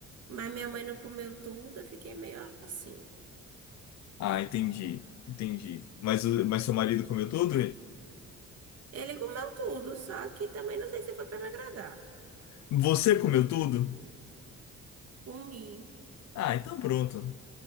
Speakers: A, on the right (about 55°); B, on the left (about 65°).
A: mas minha mãe não comeu tudo, eu fiquei meio assim.
B: Ah, entendi, entendi. Mas, o- mas seu marido comeu tudo?
A: Ele comeu tudo, só que também não sei se foi para me agradar.
B: Você comeu tudo?
A: Comi.
B: Ah, então pronto.